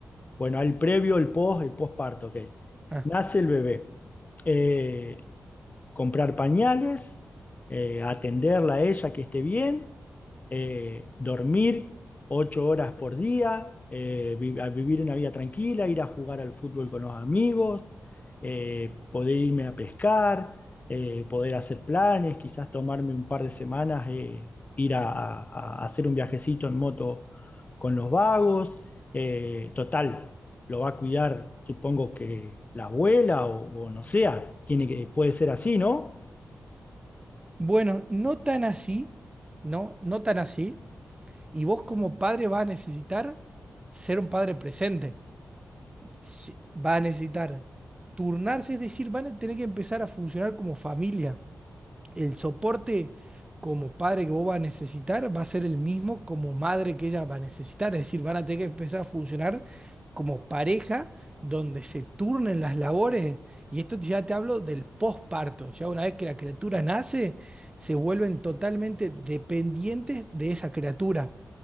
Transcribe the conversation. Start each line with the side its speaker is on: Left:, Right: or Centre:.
Left: Bueno, el previo, el post, el postparto, ok.
Right: Ah,
Left: Nace el bebé. Eh, comprar pañales, eh, atenderla a ella que esté bien, eh, dormir ocho horas por día, eh, vi- a vivir una vida tranquila, ir a jugar al fútbol con los amigos, eh, poder irme a pescar, eh, poder hacer planes, quizás tomarme un par de semanas, eh, ir a, a- a hacer un viajecito en moto con los vagos. eh, total, lo va a cuidar, supongo que la abuela o, o no sea, tiene que, puede ser así, ¿no?
Right: Bueno, no tan así, no, no tan así. Y vos como padre vas a necesitar ser un padre presente. Si- Va a necesitar turnarse, es decir, van a tener que empezar a funcionar como familia. el soporte como padre que vos vas a necesitar va a ser el mismo como madre que ella va a necesitar. Es decir, van a tener que empezar a funcionar como pareja donde se turnen las labores. Y esto ya te hablo del posparto. Ya una vez que la criatura nace, se vuelven totalmente dependientes de esa criatura.